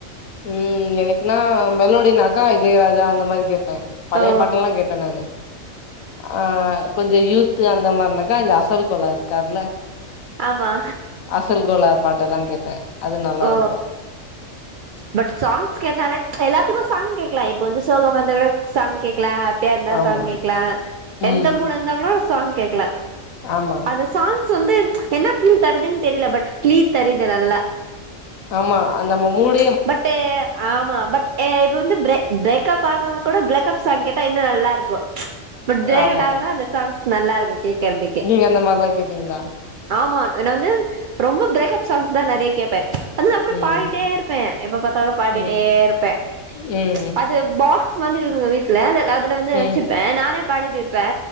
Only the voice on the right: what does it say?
ஓ
ஆமா
ஓ பட் சாங்ஸ் கேட்டாலே எல்லாத்துக்கு சாங் கேக்கலா இப்போ வந்து சோகம் வந்த கூட சாங் கேக் லா ஹாப்பியா இருந்தா
சாங் கேக்கலா
எந்த மூடா இருந்தாலுஸ் சாங் கேக்கலா
அது சாங் ஸ் வந்து என்ன பீல்தருதுன் தெரில பட் பீல் தருது நல்லா
ச் பட் ஆமா பட் ஏ இப்ப வந்து ப்ரே ப்ரேக்கப் ப காவக்கூட ப்ளக்கஅப் சாங்கேட்டா இன்னு நல்லா இருக்கு ச் பட் ஜெய்கண்டாதனா
இந்த சாங்ஸ் நல்ல இருகு ஹெர்திகே
ஆமா என்ன வந்து ரொம்ப ப்ரேக்கப் சாங் தா நெறய கேப்பே அதுவு அப்ற
பாடிட்டே இருப் பே எப்ப பாத்தாலு பாடிட்டே
இருப்பே
அது போ பாக்ஸ் வந்திரு வீட்டுல வெல்ல இதுல வந்து
வச்சிப்பே நானே பாடிட்டு இருப்பே